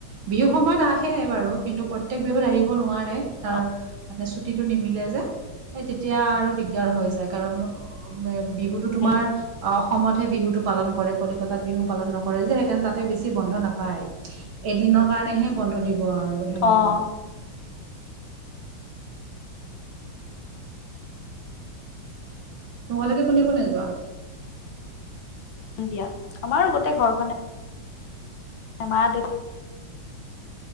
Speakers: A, on the right; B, on the left.
A: বিহু সময়ত আহে বাৰু কিন্তু প্ৰত্যয়েক বিহুত আহিব নোৱাৰে সে তাৰ
B: অ',
A: মানে ছুটটো নিমিলে যে সেই তেতিয়া আৰু দিগদাৰ হৈ যায় কাৰণ বিহুতো তোমাৰ,
B: উম।
A: অ' অসমতহে বিহুতো পালন কৰে কলিকতাত বিহু পালন নকৰে যে, সেইকাৰণে তাতে বেছি বন্ধ নাপায়। এদিনৰ কাৰণেহে বন্ধ দিব আৰু সেনেকুৱা।
B: অ',
A: তোমালোকে কোনে কোনে যোৱা?
B: দিয়া। আমাৰো গোটেই ঘৰখনে মা দেও